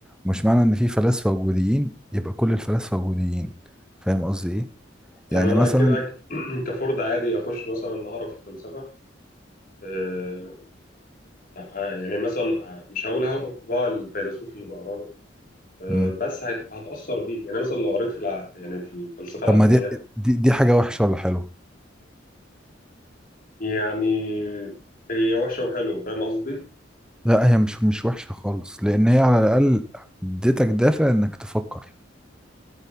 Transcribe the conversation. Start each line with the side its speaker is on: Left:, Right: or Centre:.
Centre: ومش معنى ان في فلاسفة وجوديين يبقى كل الفلاسفة وجوديين فاهم قصدي ايه يعني
Left: طب أنا
Centre: مثلا
Left: كده <clears throat> ك- كفرد عادي أخش مثلا أعرف الفلسفة آه، يعني مثلا آه، مش هقول هاخد طباع الفيلسوف اللي بقرا له آه،
Centre: مم.
Left: بس هيت- هتأثر بيه يعني مثلا لو قريت في الع... يعني في الفلسفة
Centre: طب
Left: العدمية
Centre: ما دي دي, دي حاجة وحشة ولا حلوة؟
Left: يعني هي وحشة وحلوة فاهم قصدي؟
Centre: لا هي مش مش وحشة خالص لأن هي على الأقل اديتك دافع إنك تفكر